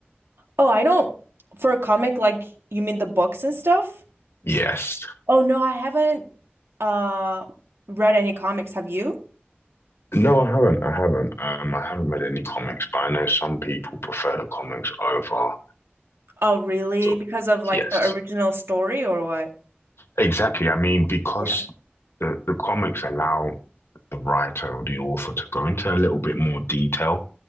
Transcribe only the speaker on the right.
Oh, I don't for a comic like you mean the books and stuff?
Oh no, I haven't uh read any comics. Have you?
Oh really?
Because of like
the original story or what?
Yeah.